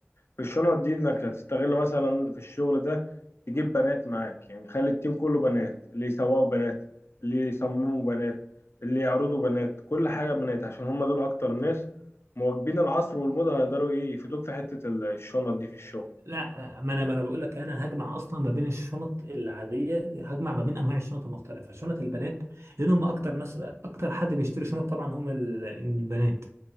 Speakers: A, on the left (about 65°); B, on the right (about 75°).
A: في الشنط دي انك هتستغل مثلا في الشغل ده تجيب بنات معاك يعني خلي التيم كله بنات اللي يسوقوا بنات اللي يصمموا بنات اللي يعرضوا بنات كل حاجه بنات عشان هم دول اكتر ناس مواكبين العصر والموضه هيقدروا ايه يفيدوك في حته الشنط دي في الشغل
B: لا ما انا ما انا بقول لك انا هجمع اصلا ما بين الشنط العاديه هجمع ما بين انواع الشنط المختلفه شنط البنات لان هم اكتر ناس اكتر حد بيشتري شنط طبعا هم ال- البنات